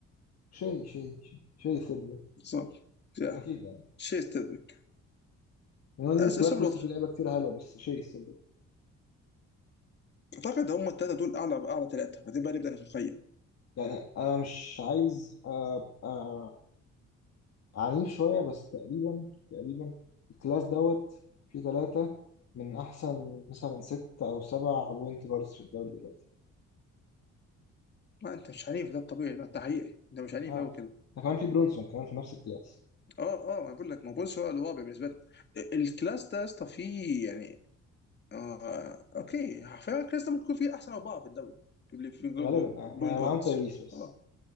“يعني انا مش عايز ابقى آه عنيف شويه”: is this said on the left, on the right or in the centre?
Left